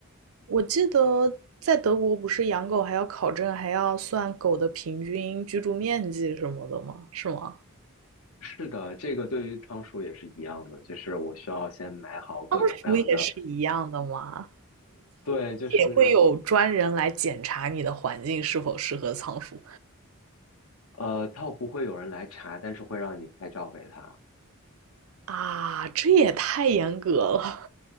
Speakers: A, on the right; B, on the left.
A: 我记得在德国不是养狗还要考证，还要算狗的平均居住面积什么的吗？是吗？
B: 是的，这个对于仓鼠也是一样的，就是我需要先买好各种各样的，
A: 仓鼠也是一样的吗？
B: 对，就是
A: 也会有专人来检查你的环境是否适合仓鼠
B: 呃，它不会有人来查，但是会让你拍照给他。
A: 啊？这也太严格了。